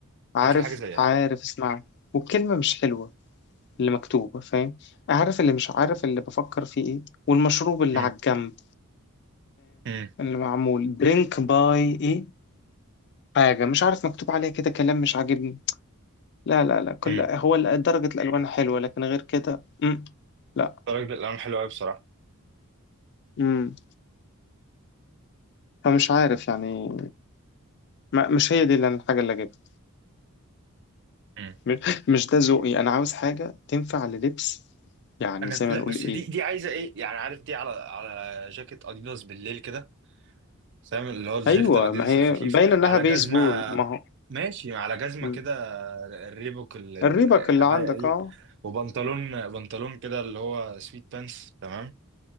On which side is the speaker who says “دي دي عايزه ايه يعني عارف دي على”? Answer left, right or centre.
Right